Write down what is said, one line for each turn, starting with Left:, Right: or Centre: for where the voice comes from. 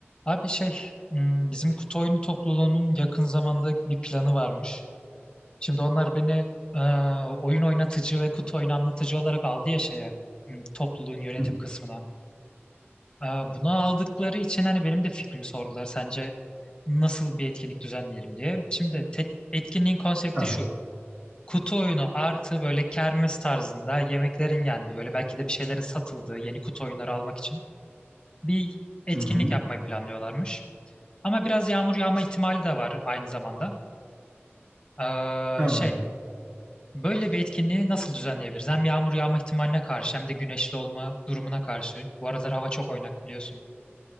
Left: Abi şey, hmm, bizim kutu oyunu topluluğunun yakın zamanda bir planı varmış. Şimdi onlar beni e, oyun oynatıcı ve kutu oyunu anlatıcı olarak aldı ya şeye, hmm, topluluğun yönetim
Right: Hı hı.
Left: kısmına. E, bunu aldıkları için hani benim de fikrimi sordular. Sence nasıl bir etkinlik düzenleyelim diye. Şimdi te- etkinliğin konsepti
Right: Ha.
Left: şu. Kutu oyunu artı böyle kermes tarzında yemeklerin yendiği, böyle belki de bir şeylerin satıldığı yeni kutu oyunları almak için bir etkinlik
Right: Hı hı.
Left: yapmayı planlıyorlarmış. Ama biraz yağmur yağma ihtimali de var aynı zamanda. Ee,
Right: Ha.
Left: şey, böyle bir etkinliği nasıl düzenleyebiliriz? Hem yağmur yağma ihtimaline karşı hem de güneşli olma durumuna karşı. Bu aralar hava çok oynak biliyorsun.